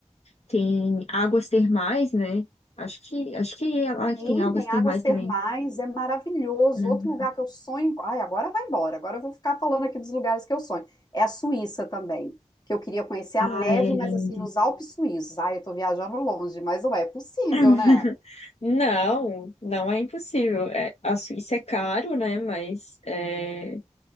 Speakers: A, on the left; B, on the left.
A: tem águas termais, né? Acho que, acho que é lá que
B: Sim,
A: tem águas
B: tem
A: termais
B: águas termais,
A: também.
B: é maravilhoso.
A: Uhum.
B: Outro lugar que eu sonho. Ai, agora vai embora, agora eu vou ficar falando aqui dos lugares que eu sonho. É a Suíça também, que eu queria conhecer a neve,
A: Ai, é lindo.
B: mas assim, nos Alpes suíços. Ai, eu tô viajando longe, mas ué, é possível,
A: <laughs>
B: né?
A: Não, não é impossível. É, a Suíça é caro, né? Mas é,